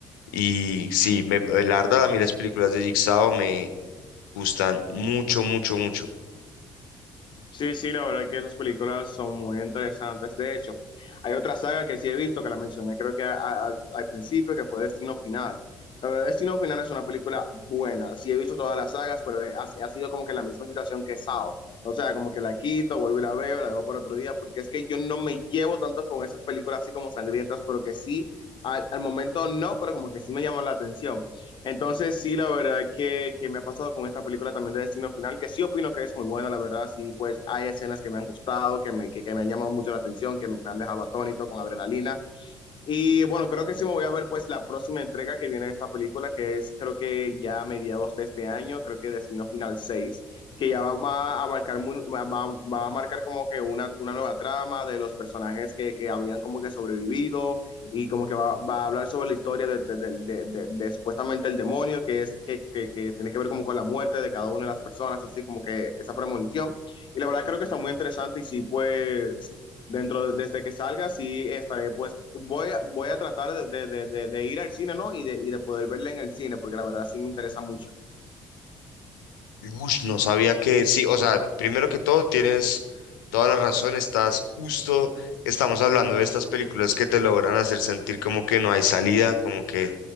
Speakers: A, on the left; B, on the left.
A: Y sí, me, eh, la verdad a mí las películas de Jigsaw me gustan mucho, mucho, mucho.
B: Sí, sí, la verdad que esas películas son muy interesantes. De hecho, hay otra saga que sí he visto, que la mencioné creo que a- a- al al principio, que fue Destino Final. La verdad, Destino Final es una película buena. Sí he visto todas las sagas, pero ha, ha sido como que la misma situación que Sao. O sea, como que la quito, vuelvo y la veo, la dejo para otro día, porque es que yo no me llevo tanto con esas películas así como sangrientas, pero que sí, al, al momento no, pero como que sí me llaman la atención. Entonces, sí, la verdad que, que me ha pasado con esta película también de Destino Final, que sí opino que es muy buena, la verdad, sí, pues hay escenas que me han gustado, que me, que, que me han llamado mucho la atención, que me han dejado atónito, con adrenalina, y bueno, creo que sí me voy a ver pues la próxima entrega que viene de esta película, que es creo que ya a mediados de este año, creo que Destino Final seis que ya va, va a marcar, mu- va, va- va a marcar como que una, una nueva trama de los personajes que, que habían como que sobrevivido y como que va, va a hablar sobre la historia de, de, de- de- de- de supuestamente el demonio, que es que, que, que tiene que ver como con la muerte de cada una de las personas, así como que esa premonición. Y la verdad creo que está muy interesante y sí, pues Dentro de- desde que salga, sí estaré, pues voy a, voy a tratar de, de- de- de- de ir al cine, ¿no? Y de, y de poder verla en el cine, porque la verdad sí me interesa mucho.
A: Ush, no sabía que, sí, o sea, primero que todo tienes toda la razón, estás justo, estamos hablando de estas películas que te logran hacer sentir como que no hay salida, como que